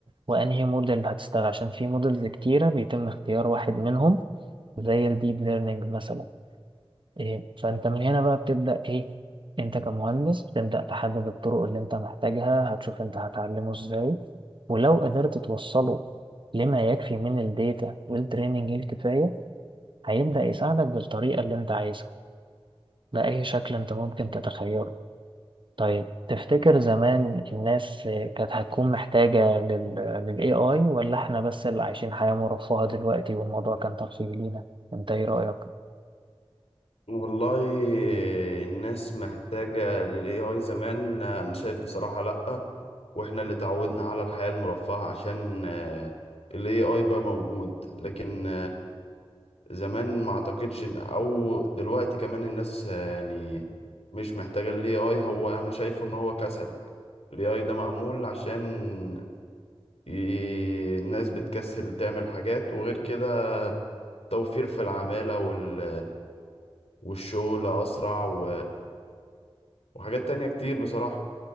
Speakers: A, on the right; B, on the left.
A: وانهي موديل هتستخدم عشان في موديلز كتيرة بيتم اختيار واحد منهم زي الديب ليرنينج مثلا إيه، فانت من هنا بقى بتبدأ ايه انت كمهندس بتبدأ تحدد الطرق اللي انت محتاجها هتشوف انت هتعلمه ازاي ولو قدرت توصله لما يكفي من الداتا والتريننج الكفاية هيبدأ يساعدك بالطريقة اللي انت عايزها بأي شكل انت ممكن تتخيله طيب تفتكر زمان الناس كانت هتكون محتاجة لل لل AI ولا احنا بس اللي عايشين حياة مرفهة دلوقتي والموضوع كان ترفيه لينا انت ايه رأيك؟
B: والله الناس محتاجة لل AI زمان أنا شايف بصراحة لأ وإحنا اللي تعودنا على الحياة المرفهة عشان آه، ال AI بقى موجود لكن زمان ما اعتقدش إن- او دلوقتي كمان الناس آه، يعني مش محتاجة ال AI هو انا شايفه ان هو كسل ال AI ده معمول عشان ي... الناس بتكسل تعمل حاجات وغير كده توفير في العمالة وال... والشغل اسرع و... وحاجات تانية كتير بصراحة